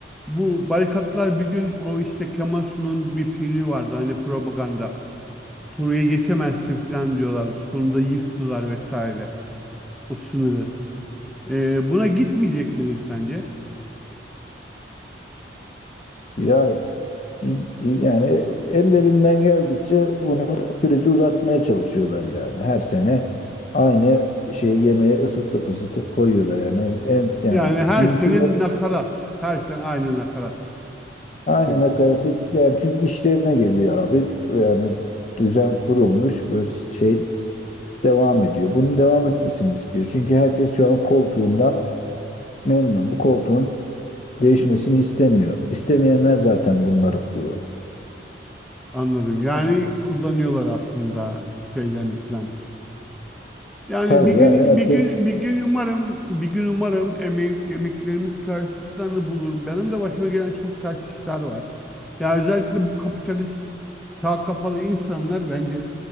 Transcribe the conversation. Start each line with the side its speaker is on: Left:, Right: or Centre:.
Centre: bu barikatlar bir gün o işte Kemal Sunal'ın bir filmi vardı hani propaganda. Buraya geçemezsin falan diyorlardı. Sonunda yıktılar vesaire o sınırı. Ee, buna gitmeyecek midir sence?
Left: Ya i- i- yani ellerinden geldikçe bunu süreci uzatmaya çalışıyorlar yani. Her sene aynı şeyi yemeğe ısıtıp ısıtıp koyuyorlar yani en yani
Centre: Yani her
Left: mümkün
Centre: sene nakarat. Her sene aynı nakarat
Left: Aynı
Centre: gibi.
Left: nakaratı yani çünkü işlerine geliyor abi. Yani düzen kurulmuş böyle şey devam ediyor. Bunun devam etmesini istiyor. Çünkü herkes şu an koltuğundan memnun. Bu koltuğun değişmesini istemiyor. İstemeyenler zaten bunları kuruyor.
Centre: Anladım. Yani kullanıyorlar aslında şeylerini falan. Yani
Left: Tabii
Centre: bir gün
Left: yani herkes
Centre: bir gün bir gün umarım bir gün umarım emek, emeklerimiz karşılıklarını bulur. Benim de başıma gelen çok ters işler var. Ya özellikle bu kapitalist sağ kafalı insanlar bence